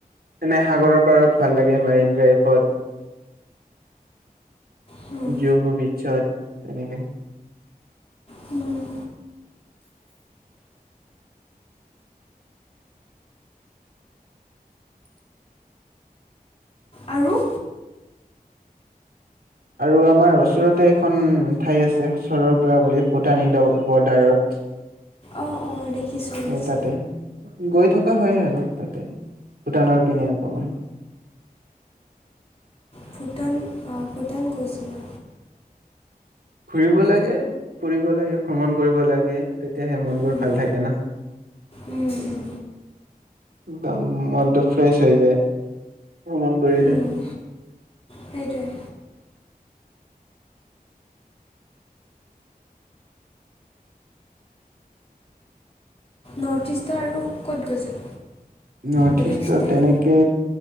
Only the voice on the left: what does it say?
হুম,
হুম। আৰু
অ অ দেখিছোঁ।
স
ভূটান, অ', ভূটান গৈছিলা।
উম,
উম, উম,
উম, সেইটোৱে নৰ্থ ইষ্টৰ আৰু ক'ত গৈছে?
বেলেগ
ষ্টেট